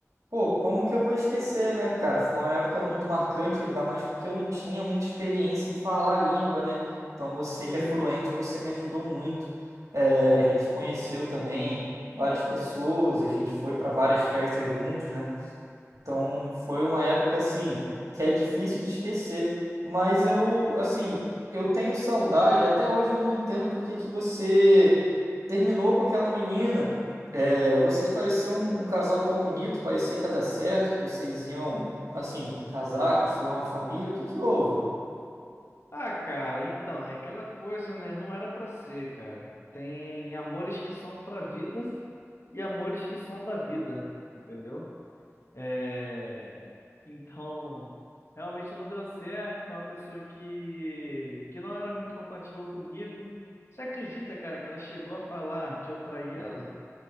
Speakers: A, on the right; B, on the left.
A: Pô, como que eu vou esquecer, né, cara? Foi uma época muito marcante, ainda mais porque eu não tinha muita experiência em falar a língua, né? Então você
B: Sim,
A: que é fluente,
B: sim.
A: você me ajudou muito. É, a gente conheceu também várias pessoas, a gente foi para várias festas juntos, né? Então foi uma época assim que é difícil de esquecer, mas eu assim, eu tenho saudade, até hoje eu não entendo por que que você terminou com aquela menina. É, vocês pareciam um, um casal tão bonito, parecia que ia dar certo, que vocês iam assim casar, construir uma família. O que que houve?
B: Ah, cara, então, é aquela coisa, né? Não era pra ser, cara. Tem amores que são pra vida e amores que são da vida, entendeu? É... Então, realmente não deu certo com uma pessoa que... que não era muito compatível comigo. Você acredita, cara, que ela chegou a falar que eu traí ela?